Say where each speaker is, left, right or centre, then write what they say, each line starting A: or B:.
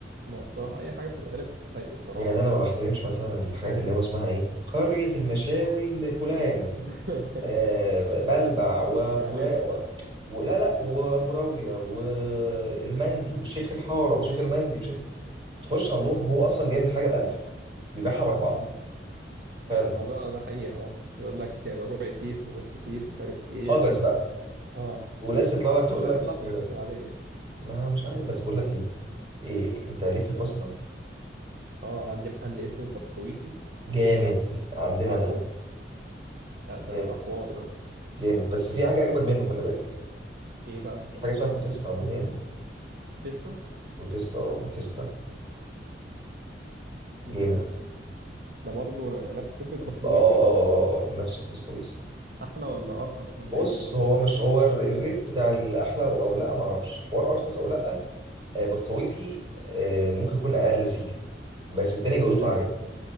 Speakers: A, on the right; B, on the right.
A: نوع الصراحه اي حاجه بتبقى غالبا بتستحق الصراحه
B: يعني انا
A: يعني
B: ما بحترمش مثلا الحاجات اللي هو اسمها ايه قرية المشاوي لفلان
A: <laughs>
B: آه بلبع وفلان
A: اعلان
B: و... ولا لا وابو راوية والمندي والشيخ الحارة وشيخ المندي وشيخ تخش عندهم هو اصلا جايب الحاجة بألف بيبيعها بأربعة
A: مم.
B: فعلا
A: ما ده ده حقيقه اه يقول لك ربع تيس ونص تيس ومش عارف ايه
B: هجس بقى
A: اه
B: وناس تطلع
A: يبقى
B: لك
A: اصلا
B: تقول
A: في الاخر
B: لك
A: لحمه
B: آه،
A: اساسا عاديه يعني.
B: ما مش عارف بس بقول لك ايه, إيه انت ليك في الباستا
A: اه عندي محل اسمه بسويسي
B: جامد
A: يا لهوي
B: عندنا
A: أنت عارفه
B: ده
A: لا ده
B: جامد
A: ده حوار ده
B: جامد بس في حاجة أجمد منه خلي بالك
A: ايه بقى
B: في حاجة اسمها بوتيستا عندنا هنا
A: بوتيستا
B: بوتيستا اه بوتيستا
A: ده
B: جامد
A: ده برضه نفس فكره بسويسي
B: آه آه
A: ولا
B: آه آه آه، آه، نفس البسطويسي
A: احلى ولا ارخص ولا
B: بص
A: ايه نظام
B: هو مش هو ال- الريت بتاع الأحلى أو أو لأ معرفش حوار أرخص أو لأ آه، بسطويسي آه، ممكن يكون أقل سيكة بس التاني جودته
A: امم
B: عالية